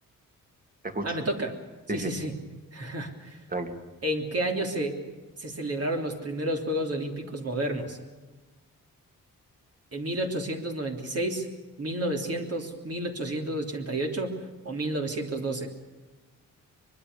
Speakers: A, on the right; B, on the right.
A: Te escucho.
B: Ah, me toca. Sí,
A: Sí, sí,
B: sí, sí. <laughs>
A: tranqui.
B: ¿En qué año se, se celebraron los primeros Juegos Olímpicos modernos? en mil mil mil ochocientos ochocientos noventa y seis mil novecientos mil ochocientos ochenta y ocho o mil novecientos doce